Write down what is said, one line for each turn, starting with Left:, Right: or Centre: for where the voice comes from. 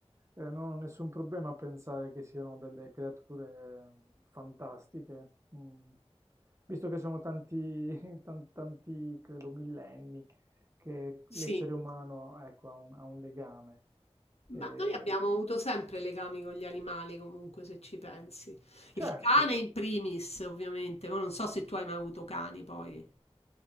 Right: eh, non ho nessun problema a pensare che siano delle creature mm, fantastiche, mm, visto che sono tanti, <laughs> tan- tanti, credo, millenni che
Left: Sì,
Right: l'essere umano, ecco, ha un, ha un legame.
Left: ma
Right: Eh,
Left: noi abbiamo avuto sempre legami con gli animali, comunque, se ci pensi.
Right: certo,
Left: Il cane in primis, ovviamente, ma non so se tu hai mai avuto cani poi.